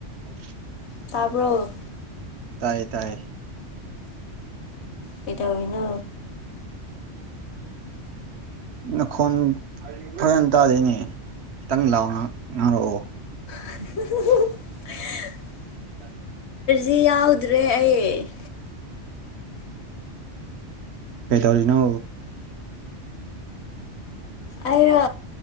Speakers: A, on the right; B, on the left.
A: ꯑꯣ
B: ꯇꯥꯔꯕꯣ
A: ꯇꯥꯏꯌꯦ ꯇꯌꯦ
B: ꯀꯗꯅꯣ
A: ꯅꯈꯣꯟ ꯐꯖꯅ ꯇꯥꯗꯣꯏꯅꯦ ꯈꯤꯇꯪ ꯂꯥꯎꯅ ꯉꯥꯡꯔꯛꯑꯣ
B: <inaudible>
A: ꯎ
B: ꯁꯤ ꯌꯥꯎꯗ꯭ꯔꯦ ꯑꯩ
A: ꯀꯩ ꯇꯧꯔꯤꯅ
B: ꯑꯥꯏꯔ